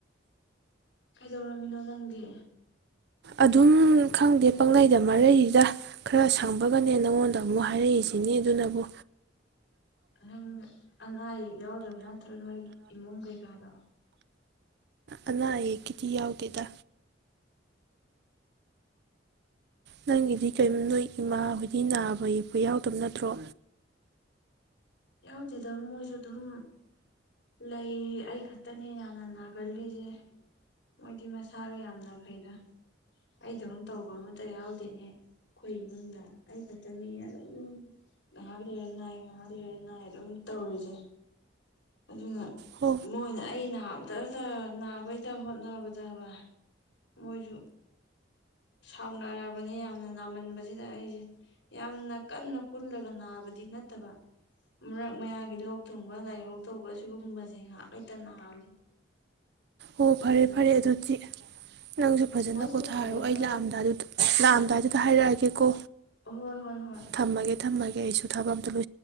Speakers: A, on the left; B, on the right.
A: ꯀꯩꯗꯧꯔꯝꯃꯤꯅꯣ ꯅꯪꯗꯤ
B: ꯑꯗꯨꯝ ꯈꯪꯗꯦ ꯄꯪꯪꯂꯩꯗ ꯃꯔꯩꯗ ꯈꯔ ꯁꯪꯕꯒꯅꯦ ꯅꯪꯉꯣꯟꯗ ꯑꯃꯨꯛ ꯍꯥꯏꯔꯛꯏꯁꯤꯅꯤ ꯑꯗꯨꯅꯕꯨ
A: ꯅꯪ ꯑꯅꯥ ꯑꯌꯦ ꯌꯥꯎꯗꯕ ꯅꯠꯇ꯭ꯔ ꯅꯣꯏ ꯏꯃꯨꯡ ꯀꯩꯀꯥꯗꯣ
B: ꯑꯅꯥ ꯑꯌꯦꯛꯀꯤꯗꯤ ꯌꯥꯎꯗꯦꯗ ꯅꯪꯒꯤꯗꯤ ꯀꯩꯅꯣ ꯅꯣꯏ ꯏꯃꯥ ꯍꯣꯏꯗꯤ ꯅꯥꯕ ꯌꯦꯛꯄ ꯌꯥꯎꯗꯕ ꯅꯠꯇ꯭ꯔꯣ
A: ꯌꯥꯎꯗꯦꯗ ꯃꯣꯏꯁꯨ ꯑꯗꯨꯝ ꯂꯩ ꯑꯩ ꯈꯛꯇꯅꯦ ꯌꯥꯝꯅ ꯅꯥꯒꯜꯂꯤꯁꯦ ꯃꯣꯏꯗꯤ ꯃꯁꯥꯒ ꯌꯥꯝꯅ ꯐꯩꯗ ꯑꯩꯗꯧ ꯇꯧꯕ ꯑꯃꯇ ꯌꯥꯎꯗꯦꯅꯦ ꯑꯩꯈꯣꯏ ꯏꯃꯨꯡꯗ ꯑꯩ ꯈꯛꯇꯅꯤ ꯑꯗꯨꯝ ꯉꯥꯏꯍꯥꯛ ꯂꯩꯔ ꯅꯥꯏ ꯉꯥꯏꯍꯥꯛ ꯂꯩꯔ ꯅꯥꯏ ꯑꯗꯨꯝ ꯇꯧꯔꯤꯁꯦ ꯑꯗꯨꯅ
B: ꯍꯣ
A: ꯃꯣꯏꯅ ꯑꯩꯅ ꯍꯇꯇ ꯅꯥꯕꯩꯗ ꯍꯣꯠꯅꯕꯗꯕ ꯃꯣꯏꯁꯨ ꯁꯥꯎꯅꯔꯕꯅꯤ ꯌꯥꯝꯅ ꯅꯥꯃꯟꯕꯁꯤꯗ ꯑꯩꯁꯦ ꯌꯥꯝꯅ ꯀꯟꯅ ꯀꯨꯜꯂꯒ ꯅꯥꯕꯗꯤ ꯅꯠꯇꯕ ꯃꯔꯛ ꯃꯌꯥꯒꯤ ꯂꯣꯛ ꯊꯨꯡꯕ ꯂꯥꯏꯍꯧ ꯇꯧꯕ ꯁꯤꯒꯨꯝꯕꯁꯦ ꯉꯥꯏꯍꯥꯛ ꯂꯩꯩꯇ ꯉꯍꯥ
B: ꯑꯣ ꯐꯔꯦ ꯐꯔꯦ ꯑꯗꯨꯗꯤ ꯅꯪꯁꯨ ꯐꯖꯅ
A: ꯍꯣꯏ ꯁꯤ
B: ꯄꯣꯊꯥꯔꯔꯣ
A: ꯐꯔꯦ ꯑꯗꯣ
B: ꯑꯩ ꯂꯥꯛꯑꯝꯗꯥꯏꯗꯨꯗ
A: ꯑꯃꯨꯛ ꯀꯣꯟꯅ
B: ꯂꯥꯛꯑꯝꯗꯥꯏꯗꯨꯗ ꯍꯥꯏꯔꯛꯑꯒꯦꯀꯣ
A: ꯍꯣꯏ ꯍꯣꯏ ꯍꯣꯏ
B: ꯊꯝꯃꯒꯦ ꯊꯝꯃꯒꯦ ꯑꯩꯁꯨ ꯊꯥꯕꯝ ꯆꯂꯣ ꯆꯂꯣ